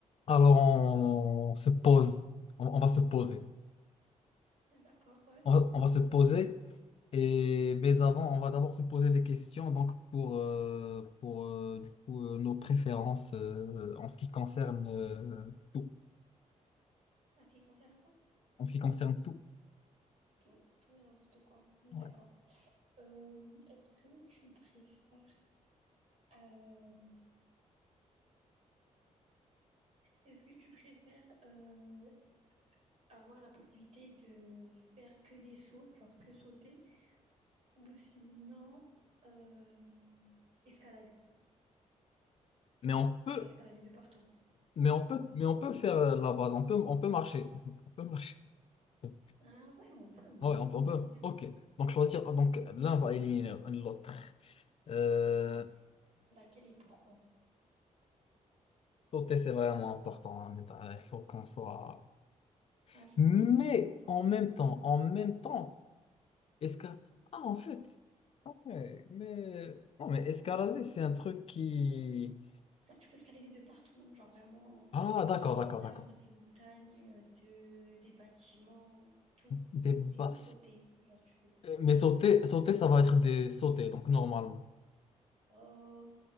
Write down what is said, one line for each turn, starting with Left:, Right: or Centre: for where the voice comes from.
Left: Alors, on se pose, on, on va se poser.
Right: D'accord, ouais.
Left: On va, on va se poser,
Right: Ouais.
Left: et, mais avant, on va d'abord se poser des questions donc pour, euh, pour euh, du coup, euh, nos préférences euh, en ce qui concerne euh, tout.
Right: En ce qui concerne quoi?
Left: En ce qui concerne tout.
Right: Tout, tout et n'importe quoi. D'accord.
Left: Ouais.
Right: Euh, est-ce que tu préfères euh, est-ce que tu préfères euh, avoir la possibilité de faire que des sauts, genre que sauter, ou sinon euh, escalader,
Left: Mais on peut,
Right: genre escalader de partout?
Left: mais on peut, mais on peut faire euh, la base, on peut, on peut marcher. On peut marcher. Ouais,
Right: Ah ouais, on peut, mais
Left: on,
Right: genre
Left: peut.
Right: entre
Left: on peut.
Right: les deux.
Left: Ok. Donc, choisir, donc l'un va éliminer l'autre. Euh,
Right: Mhm. Laquelle et pourquoi?
Left: sauter, c'est vraiment important. hein, mais, euh, Il faut qu'on soit.
Right: Ouais, faut,
Left: Mais
Right: faut se concentrer.
Left: en même temps, en même temps, escalade. Ah, en fait, ah ouais, mais non, mais escalader, c'est un truc qui.
Right: Genre, tu peux escalader de partout, hein. genre vraiment,
Left: Ah,
Right: que
Left: d'accord,
Right: ce soit des
Left: d'accord,
Right: arbres,
Left: d'accord.
Right: des montagnes, euh, de, des bâtiments, tout.
Left: Des
Right: Ou sinon
Left: ba-
Right: sauter, genre tu peux...
Left: Euh, Mais sauter, sauter, ça va être des sauter, donc normalement.
Right: Euh,